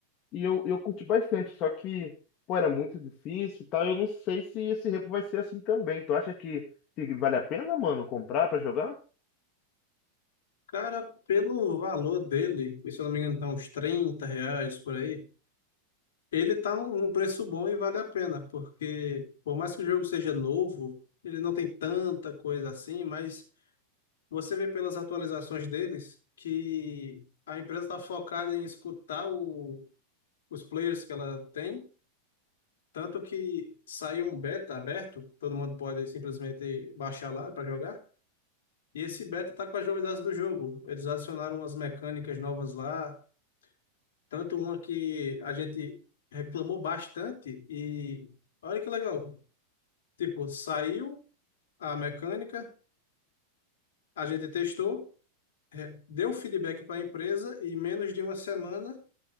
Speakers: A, on the left (about 40°); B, on the left (about 85°).
A: e eu, eu curti bastante, só que, pô, era muito difícil e tal, eu não sei se esse repo vai ser assim também. Tu acha que, que vale a pena, mano, comprar pra jogar?
B: Cara, pelo valor dele, que se eu não me engano tá uns 30 reais por aí, Ele tá um um preço bom e vale a pena, porque por mais que o jogo seja novo, ele não tem tanta coisa assim, mas você vê pelas atualizações deles que a empresa está focada em escutar o- os players que ela tem, tanto que saiu um beta aberto, todo mundo pode simplesmente baixar lá para jogar, e esse beta tá com as novidades do jogo. Eles adicionaram umas mecânicas novas lá, Tanto uma que a gente reclamou bastante e olha que legal. Tipo, saiu a mecânica, a gente testou, deu feedback para a empresa e em menos de uma semana